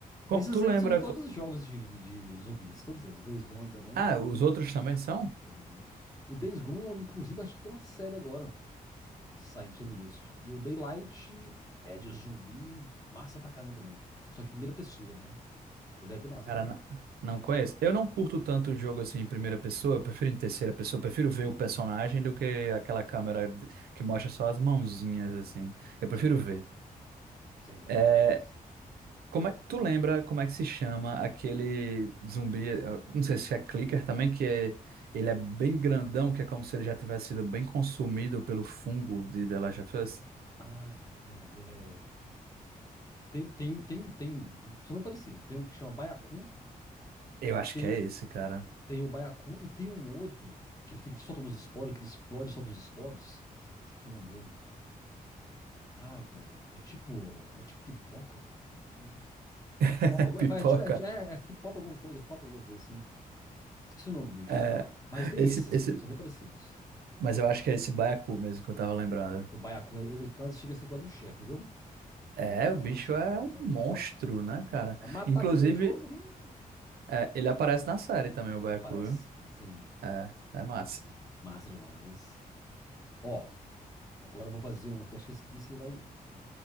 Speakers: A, on the right; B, on the left.
A: Co-
B: Esses
A: Tu lembra?
B: aí são todos
A: co-
B: jogos de, de zumbis, todos eles. Days Gone também.
A: Ah, os outros também são?
B: Tem. O Days Gone, inclusive, acho que tem uma série agora saindo sobre isso. E o Daylight é de zumbi, massa pra caramba também. Só que primeira pessoa, né? Ele é de massa
A: Cara,
B: também.
A: n- não conheço. Eu não curto tanto o jogo assim em primeira pessoa, eu prefiro em terceira pessoa, eu prefiro ver
B: Uhum.
A: o personagem do que aquela câmera de- que mostra só as mãozinhas, assim. Eu prefiro
B: Sim,
A: ver.
B: sim.
A: É,
B: Nossa.
A: como é, tu lembra como é que se chama aquele zumbi? eh, Não sei se é clicker também, que é, ele é bem grandão, que é como se ele já tivesse sido bem consumido pelo fungo de The Last of Us.
B: Ah, velho, como é o nome dele? É... Tem, tem, tem, tem. São bem parecidos. Tem um que chama Baiacu,
A: Eu
B: e
A: acho
B: tem,
A: que é esse, cara.
B: tem o Baiacu, e tem um outro que ele fica te soltando os esporos, que ele explode e solta os esporos. Esqueci o nome dele. Ah, velho, é tipo, é tipo pipoca, né?
A: <laughs>
B: É pop, algu-
A: Pipoca.
B: é, pa- é, tipo- é, é, é tipo pop alguma coisa, é pop alguma coisa assim. Esqueci o nome do bicho.
A: É,
B: Mas tem
A: esse,
B: esses
A: esse,
B: dois, são bem parecidos.
A: mas eu acho que é esse baiacu mesmo que eu tava lembrando.
B: O baiacu, ele, ele quase chega a ser quase um chefe, entendeu?
A: É,
B: E ele é forte,
A: o bicho
B: pá,
A: é
B: é
A: um monstro,
B: bem forte.
A: né, cara?
B: Pra matar
A: Inclusive,
B: aquilo no jogo, hum,
A: é, ele aparece na série também, o baiacu.
B: aparece.
A: viu?
B: Sim,
A: É, é massa.
B: massa demais. Ó, agora eu vou fazer um aqui, acho que esse aqui você vai